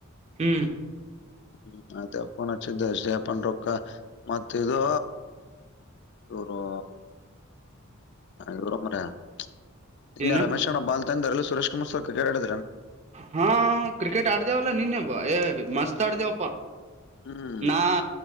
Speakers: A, on the right; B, on the left.
A: ಹ್ಮ್.
B: ಹ್ಮ್ ಮತ್ತೆ ಫೋನ್ ಹಚ್ಚಿದ್ದ ಸ ಅಪನರೊಕ್ಕ ಮತ್ತ ಇದು ಇವ್ರು. ಇವ್ರೋ ಮಾರಾಯ ಇಂಜಿನಿಯರ್
A: ಏನ
B: ರಮೇಶ್ವಣ್ಣ ಬಾಲ್ತಂದ ಎಲ್ರೂ ಸುರೇಶ್ ಕುಮಾರ್ ಸರ್ ಕ್ರಿಕೆಟ್ ಆಡಿ
A: ಹಾ ಕ್ರಿಕೆಟ್ ಆಡ್ದೇವಲ್ಲಾ ನಿನ್ನೆ ಬ ಏ ಮಸ್ತ್ ಆಡ್ದೇವಪ್ಪಾ.
B: ಹ್ಮ್
A: ನಾ